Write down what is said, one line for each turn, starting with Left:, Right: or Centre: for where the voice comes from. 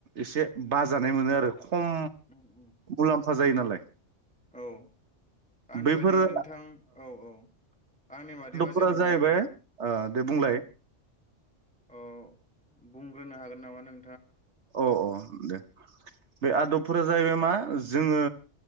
Right: एसे बाजानाय मोनो आरो। खम
Centre: उम उम
Right: गुलाम जायो नालाय।
Centre: औ आंनि
Right: बैफोरो
Centre: बादिबा नोंथां औ औ आंनि बादिबा
Right: फोरा
Centre: जेनेबा
Right: जाहैबाय दे बुंलाय।
Centre: अ बुंग्रोनो हागोन नामा नों
Right: अ अ दे बे आदबफोरा जाहैबाय मा जोङो